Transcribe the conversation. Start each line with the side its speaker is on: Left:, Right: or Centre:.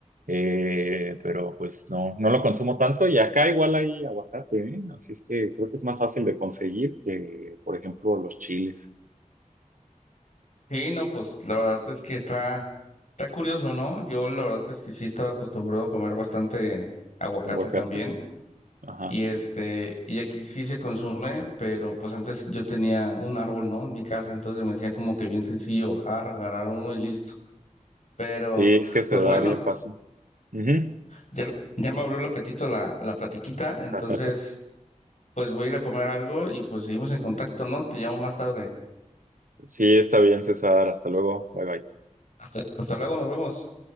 Right: Eh, pero pues no, no lo consumo tanto y acá igual hay aguacate, ¿eh? Así es que creo que es más fácil de conseguir que, por ejemplo, los chiles,
Left: Sí, no, pues la verdad es que está, está curioso, ¿no? Yo la verdad es que sí estaba acostumbrado a comer bastante aguacate
Right: Ujú, Aguacate,
Left: también.
Right: ajá,
Left: Y este, y aquí sí se consume, pero pues antes yo tenía un árbol, ¿no? En mi casa, entonces me decía como que bien sencillo bajar, agarrar uno y listo. Pero,
Right: sí, es que se
Left: pues
Right: da
Left: bueno,
Right: bien fácil. Ujú.
Left: ya, ya me abrió el apetito la, la platiquita,
Right: <laughs>
Left: entonces pues voy a ir a comer algo y pues seguimos en contacto, ¿no? Te llamo más tarde.
Right: Sí, está bien, César, hasta luego, bye bye.
Left: Hasta, hasta luego, nos vemos.